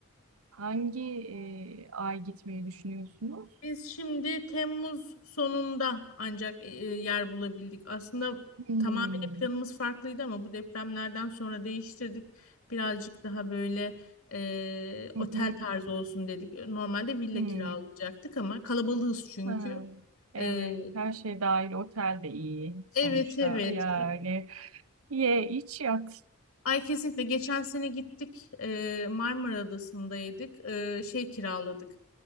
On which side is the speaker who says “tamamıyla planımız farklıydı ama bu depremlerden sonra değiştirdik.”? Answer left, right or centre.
Left